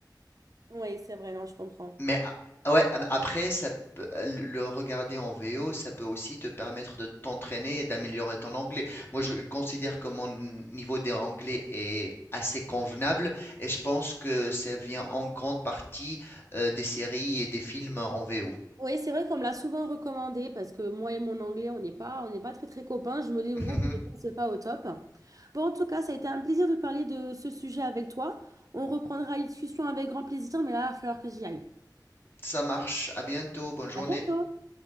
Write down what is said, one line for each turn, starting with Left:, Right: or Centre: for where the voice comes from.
Right: Oui, c'est vrai, non, je comprends.
Left: Mais ah, ouais, a- après, ça peut- le le regarder en VO, ça peut aussi te permettre de t'entraîner et d'améliorer ton anglais. Moi, je considère que mon niveau d'anglais est assez convenable et je pense que ça vient en grande partie euh, des séries et des films en VO.
Right: Oui, c'est vrai qu'on me l'a souvent recommandé parce que moi et mon anglais, on n'est pas, on n'est pas très très copains. Je me débrouille,
Left: <laughs>
Right: mais bon, c'est pas au top. Bon, en tout cas, ça a été un plaisir de parler de ce sujet avec toi. On reprendra la discussion avec grand plaisir, mais là, il va falloir que j'y aille.
Left: Ça marche. À bientôt. Bonne journée.
Right: À bientôt!